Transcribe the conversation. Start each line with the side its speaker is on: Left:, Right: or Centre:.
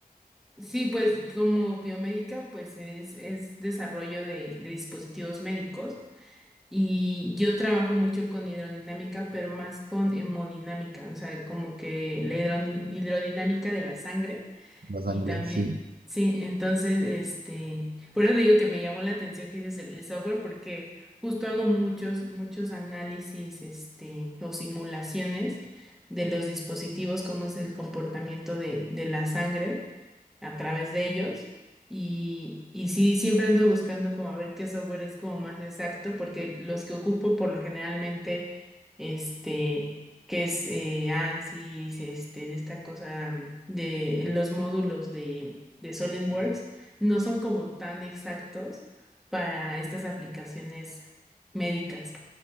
Centre: sí, pues como biomédica, pues es, es desarrollo de, de dispositivos médicos. Y yo trabajo mucho con hidrodinámica, pero más con hemodinámica, o sea, como que la hidrodin- hidrodinámica de la sangre
Right: la sangre,
Centre: y también,
Right: sí,
Centre: sí, entonces, este, por eso te digo que me llamó la atención que dices el, el software, porque justo hago muchos, muchos análisis, este, o simulaciones de los dispositivos, cómo es el comportamiento de, de la sangre a través de ellos. Y, y sí, siempre ando buscando como a ver qué software es como más exacto, porque los que ocupo por lo generalmente, este, que es eh, ANSYS, este, de esta cosa de los módulos de, de SolidWorks, no son como tan exactos para estas aplicaciones médicas.